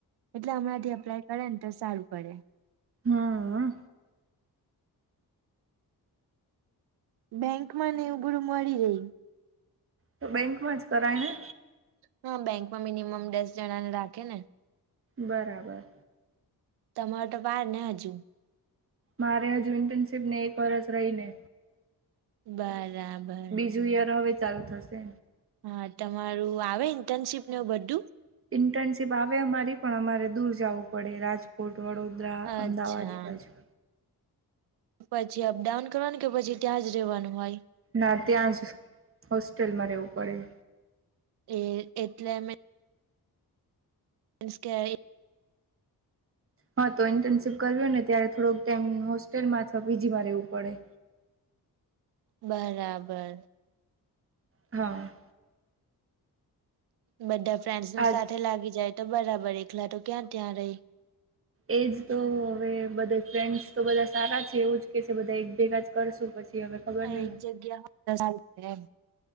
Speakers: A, on the right; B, on the right.
A: એટલે હમણાંથી અપ્લાય કરે ને તો સારું પડે.
B: હા.
A: બેંકમાં ને એવુ બધુ મળી રહે.
B: તો બેંકમાં જ કરાય ને?
A: હા બેંકમાં મિનિમમ દસ જણા ને રાખે ને.
B: બરાબર.
A: તમારે તો વાર ને હજુ.
B: મારે હજુ ઈન્ટર્નશીપ ને એક વર્ષ રહીને.
A: બરાબર.
B: ન્યુયર હવે ચાલુ થશે.
A: હા તમારું આવે ઇન્ટર્નશીપ ન બધું?
B: ઇન્ટર્નશીપ આવે અમારી પણ અમારે દૂર જવું પડે રાજ કોટ, વડોદરા,
A: અચ્છા
B: અમદાવાદ બાજુ.
A: પછી અપડાઉન કરવાનું? કે પછી ત્યાં જ રહેવાનું હોય.
B: ના ત્યાં જ હોસ્ટેલમાં રહેવું પડે.
A: એ એટલે મે <inaudible>
B: હા તો ઇન્ટર્નશીપ કર્યો ને ત્યારે થોડોક ટાઈમ હોસ્ટેલમાં અથવા પીજી માં રેવું પડે.
A: બરાબર
B: હહ
A: બધા ફ્રેન્ડ્સ
B: આજ
A: ને સાથે લાગી જાય તો બરાબર એકલા તો ક્યાં ત્યાં રહી.
B: એજ તો હવે બધા ફ્રેન્ડસ તો બધા સારા છે એવું જ કે છે બધા એક ભેગા જ કરશો પછી. હવે ખબર
A: એક
B: નહી
A: જગ્યા હોય તો સારુ પડે એમ.